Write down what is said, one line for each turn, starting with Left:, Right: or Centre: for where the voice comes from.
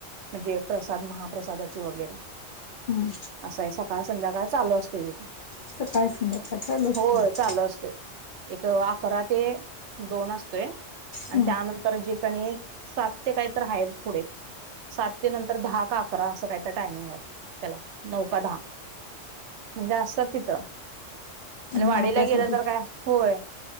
Right: म्हणजे प्रसाद महाप्रसादाची वगैरे.
Left: हम्म.
Right: असं आहे सकाळ संध्याकाळ चालू असते ते,
Left: सकाळ संध्याकाळ चालू असतंय
Right: होय चालू असतय. एक अकरा ते दोन असतोय आणि
Left: हम्म
Right: त्यानंतर तर जे कणी सात ते काय तर हा पुढे. सात ते नंतर दहा का अकरा असं काय तर टायमिंग आहे त्याला नऊ का दहा. म्हणजे असतात तिथं आणि वाडीला
Left: महाप्रसाद
Right: गेलं तर काय होय.